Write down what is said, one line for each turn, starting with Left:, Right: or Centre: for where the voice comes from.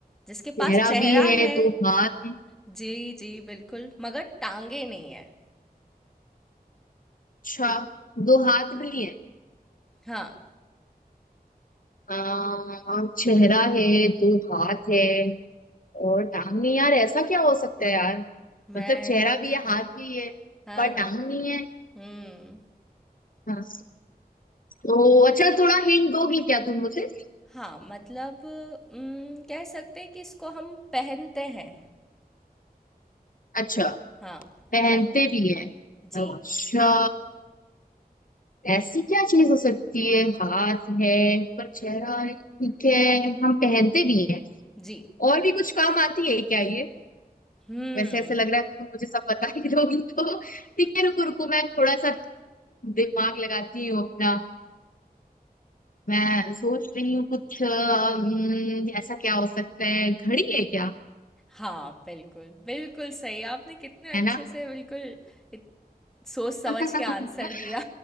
Centre: जिसके
Left: चेहरा
Centre: पास चेहरा
Left: भी है
Centre: है
Left: दो हाथ है
Centre: जी, जी, बिल्कुल, मगर टाँगें नहीं हैं।
Left: अच्छा दो हाथ भी है
Centre: हाँ,
Left: आ, चेहरा है दो हाथ है और टांग नहीं यार ऐसा क्या हो सकता है यार
Centre: मैं
Left: मतलब चेहरा भी है हाथ भी है
Centre: हाँ,
Left: पर
Centre: हाँ।
Left: टांग नहीं है
Centre: हुँ।
Left: हाँ तो अच्छा थोड़ा हिंट दोगी क्या तुम मुझे
Centre: हाँ, मतलब उम, कह सकते हैं कि इसको हम पहनते हैं।
Left: अच्छा
Centre: हाँ
Left: पहनते
Centre: पह,
Left: भी है
Centre: जी
Left: अच्छा ऐसी क्या चीज हो सकती है हाथ है पर चेहरा है ठीक है हम पहनते भी हैं
Centre: जी
Left: और भी कुछ काम आती है क्या ये
Centre: हम्म
Left: वैसे ऐसे लग रहा है तुम मुझे सब बता ही दोगी तो ठीक है रुको रुको मैं थोड़ा सा दिमाग लगाती हूँ अपना मैं सोच रही हूँ कुछ अम, ऐसा क्या हो सकता है घड़ी है क्या
Centre: हाँ बिल्कुल बिल्कुल सही आपने कितने अच्छे
Left: है ना
Centre: से बिल्कुल इत, सोच समझ
Left: <laughs>
Centre: के आंसर दिया